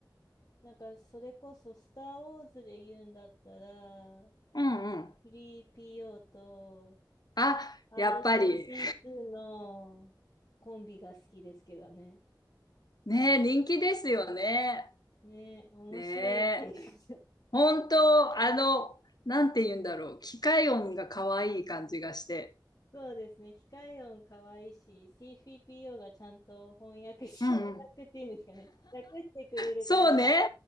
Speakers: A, on the left; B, on the left.
A: なんか、それこそ、スター・ウォーズで言うんだったら、
B: うんうん。
A: フリー p o と
B: あ、
A: R2D2
B: やっぱり。
A: のコンビが好きですけどね。
B: ねえ、人気ですよね。
A: ね、面白いっていうか
B: ねえ。本当、あの、なんて言うんだろう。機械音が可愛い感じがして。
A: そうですね。機械音可愛いし、c f p o がちゃんと翻訳し、
B: うんうん。
A: <laughs> 翻訳っていうんですかね。訳してくれるから、
B: そうね。